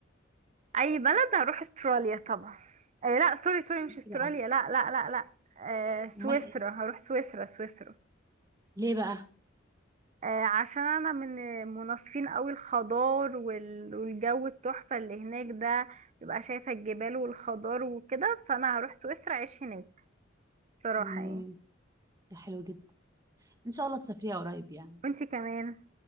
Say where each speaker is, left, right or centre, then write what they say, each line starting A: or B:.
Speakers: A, on the right; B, on the right.
A: اي بلد هروح استراليا طبعا آه لا سوري سوري مش
B: إنتي
A: استراليا
B: بقى
A: لا لا لا لا آه
B: امال
A: سويسرا
B: ايه
A: هروح سويسرا سويسرا
B: ليه بقى
A: آه، عشان انا من مناصفين قوي الخضار وال- والجو التحفة اللي هناك ده ببقى شايفة الجبال والخضار وكده فانا هروح سويسرا اعيش هناك صراحة
B: امم
A: يعني
B: حلو جدا ان شاء الله تسافريها قريب يعني
A: وانتي كمان